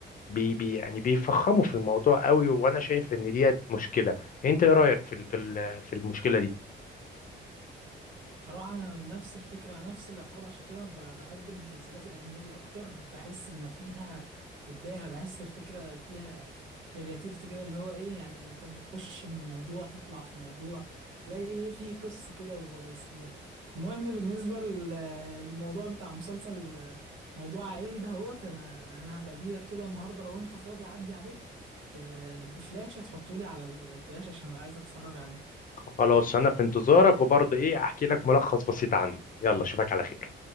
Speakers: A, on the left; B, on the right.
A: بي بي يعني بيفخموا في الموضوع قوي وأنا شايف إن دي مشكلة أنت إيه رأيك في ال- في ال- في المشكلة دي؟
B: صراحة أنا نفس الفكرة أنا نفس الاعتقاد عشان كده أنا ب- بحب المسلسلات الأجنبي أكتر بحس إن فيها إبداع بحس الفكرة فيها كرياتيفيتي كده اللي هو إيه يعني أنت بتخش من موضوع تطلع في موضوع تلاقي إيه في قصة كده وسيناريو المهم بالنسبة لل- للموضوع بتاع مسلسل موضوع عائلي ده هوت أنا أنا هبقى أجيلك كده النهاردة لو أنت فاضي أعدي عليك ت- بفلاشة تحطولي على الفلاشة عشان أبقى عايز أتفرج عليه
A: خلاص أنا في انتظارك وبرضه إيه أحكي لك ملخص بسيط عنه يلا أشوفك على خير